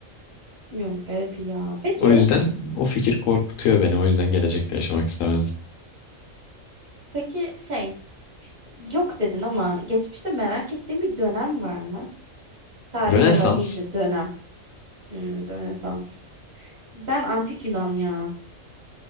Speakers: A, on the right; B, on the left.
A: Bilmiyorum garip ya. Peki,
B: O yüzden o fikir korkutuyor beni. O yüzden gelecekte yaşamak istemezdim.
A: peki şey yok dedin ama geçmişte merak ettiğin bir dönem var mı? Tarihi
B: Rönesans.
A: olay değil de dönem. Hmm, Rönesans. Ben antik Yunan ya.